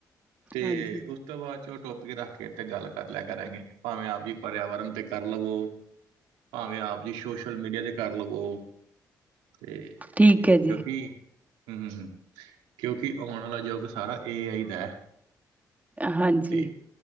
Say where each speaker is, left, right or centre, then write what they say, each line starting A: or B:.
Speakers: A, on the right; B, on the right.
A: ਤੇ
B: ਹਾਂਜੀ
A: ਤੋਂ ਬਾਅਦ ਚ ਉਹ ਟੋਪਿਕ ਰੱਖ ਕੇ ਇੱਥੇ ਗੱਲ ਕਰ ਲਿਆ ਕਰਾਂਗੇ ਭਾਵੇਂ ਆਪ ਜੀ ਪਰਿਆਵਰਨ ਤੇ ਕਰ ਲਵੋ ਭਾਵੇਂ ਆਪ ਜੀ ਸੋਸ਼ਲ ਮੀਡੀਆ ਤੇ ਕਰ ਲਵੋ ਤੇ
B: ਠੀਕ ਹੈ
A: ਕਿਉਂਕਿ
B: ਜੀ
A: ਹਮ ਹਮ ਹ ਕਿਉਂਕਿ ਆਉਣ ਵਾਲਾ ਯੁੱਗ ਸਾਰਾ ਇਹ ਆਹੀ ਦਾ ਹੈ
B: ਹਾਂਜੀ
A: ਤੇ